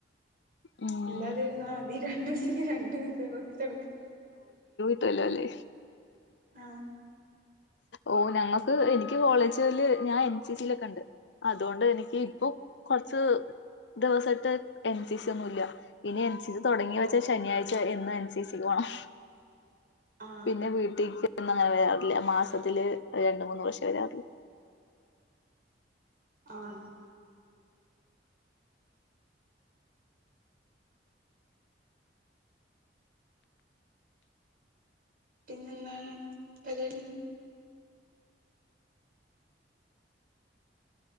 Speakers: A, on the left (about 75°); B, on the right (about 55°).
A: ഉം
B: ഇല്ലാതിരുന്ന മതി രണ്ടു ദിവസേങ്കി രണ്ടു ദിവസം റേസ്റ്റ് എടുക്കാം
A: റ്റൂലല്ലേ
B: ആഹ്
A: ഓഹ് ഞങ്ങക്ക് എനിക്ക് കോളേജില് ഞാൻ എൻ സി സിലൊക്കാ ഉണ്ട് അതുകൊണ്ട് എനിക്ക് ഇപ്പോ കുറച്ച് ദിവസത്തെ എൻ സി സി ഒന്നും ഇല്ല ഇനി എൻ ഇത് തൊടങ്ങി
B: ഓ
A: വെച്ച ശനിയാഴ്ച്ച വരെ എന്നും എൻസിസിക്ക് പോണം
B: ആ
A: പിന്നെ വീ ന്നങ്ങനെ വരാറ്ല്ല മാസത്തില് രണ്ട് മൂന്ന് വർഷെ വരാറ്ള്ളു
B: ആഹ് പിന്നെന്താണ് പരിപാടി